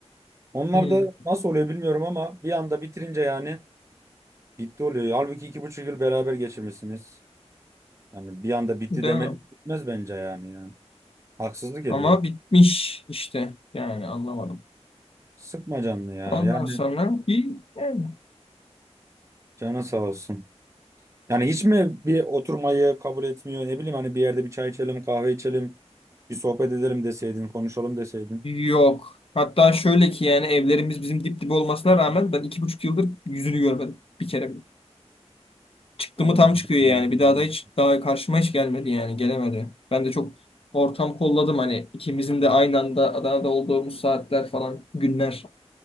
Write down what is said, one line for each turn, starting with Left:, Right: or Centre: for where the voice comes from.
Right: Onlar
Left: Hmm,
Right: da nasıl oluyor bilmiyorum ama bir anda bitirince yani bitti oluyor. Halbuki iki buçuk yıl beraber geçirmişsiniz. Yani bir anda bitti
Left: değil
Right: demeli
Left: mi?
Right: bitmez bence yani ya. Haksızlık ediyor.
Left: Ama bitmiş işte yani anlamadım.
Right: Sıkma canını ya.
Left: Ondan
Right: Yani
Left: sonra bir yani
Right: canın sağ olsun. Yani hiç mi bir oturmayı kabul etmiyor? Ne bileyim hani bir yerde bir çay içelim, kahve içelim, bir sohbet edelim deseydin, konuşalım deseydin.
Left: yok. Hatta şöyle ki yani evlerimiz bizim dip dibe olmasına rağmen ben iki buçuk yıldır yüzünü görmedim bir kere bile. Çıktı
Right: Allah
Left: mı tam çıkıyor
Right: Allah.
Left: yani. Bir daha da hiç daha karşıma hiç gelmedi yani. Gelemedi. Ben de çok ortam kolladım hani ikimizin de aynı anda Adana'da olduğumuz saatler falan, günler,